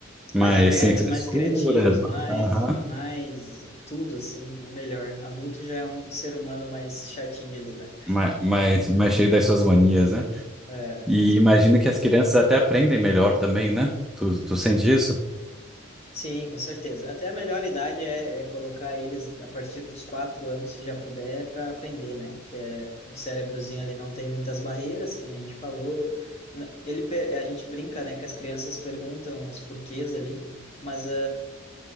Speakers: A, in the centre; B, on the left.
A: mas
B: mais abertos,
A: sem frescura,
B: mais criativos, mais,
A: aham,
B: mais tudo, assim, é melhor. Adulto já é um ser humano mais chatinho de lidar.
A: mas, mas, mas cheio das suas manias, né?
B: É,
A: E imagina que as crianças até aprendem melhor também, né? Tu, tu sente isso?
B: Sim, com certeza. Até a melhor idade é, é colocar eles a partir dos quatro anos, se já puder, para aprender, né? Que é, o cérebrozinho ali não tem muitas barreiras, que nem a gente falou. N- Ele, pe- a gente brinca, né, que as crianças perguntam os porquês ali, mas ah,